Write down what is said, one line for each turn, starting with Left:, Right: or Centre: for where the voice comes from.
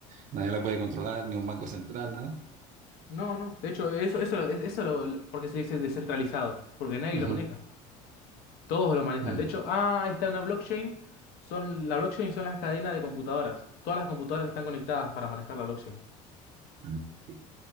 Right: Nadie la puede controlar, ni un banco central, nada.
Left: No, no. De hecho, eso, eso, lo- es- eso lo, lo- porque se dice descentralizado. Porque nadie
Right: Ujú,
Left: lo maneja. Todos lo manejan.
Right: mm,
Left: De hecho, ah, ahí está una blockchain. Son, la blockchain son las cadenas de computadoras. Todas las computadoras están conectadas para manejar la blockchain.
Right: mm. Sí.